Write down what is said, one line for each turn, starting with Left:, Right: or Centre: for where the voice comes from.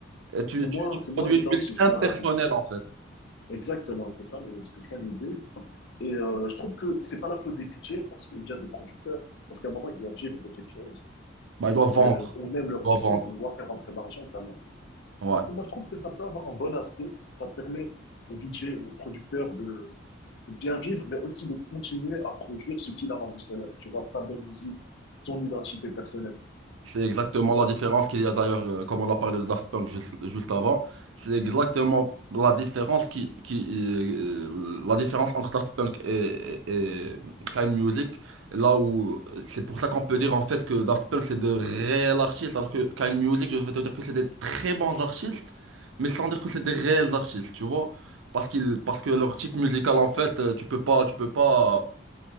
Right: et
Left: C'est
Right: tu,
Left: moins,
Right: tu- tu
Left: c'est moins
Right: produis
Left: identifiable.
Right: une musique impersonnelle, en fait.
Left: Exactement, c'est ça, Mais c'est ça l'idée. Et euh, je trouve que c'est pas la faute des DJ parce que ou bien des producteurs, parce qu'à un moment ils doivent vivre de quelque chose.
Right: Bah, il doit vendre.
Left: Et, Euh, on aime leur
Right: Il
Left: musique,
Right: doit vendre.
Left: mais on doit faire rentrer l'argent quand même.
Right: Ouais.
Left: Du coup, moi je trouve que ça peut avoir un bon aspect si ça permet aux DJ, aux producteurs de, de bien vivre, mais aussi de continuer à produire ce qui l'a rendu célèbre. Tu vois, sa bonne musique, son identité personnelle.
Right: C'est exactement la différence qu'il y a d'ailleurs, euh, comme on a parlé de Daft Punk juste, juste avant. C'est exactement la différence qui, qui euh, la différence entre Daft Punk et, et Kind Music. Là où c'est pour ça qu'on peut dire en fait que Daft Punk c'est de réels artistes, alors que Kind Music, je vais te dire que c'est des très bons artistes, mais sans dire que c'est des réels artistes, tu vois? Parce qu'ils, parce que leur type musical en fait, euh, tu peux pas, tu peux pas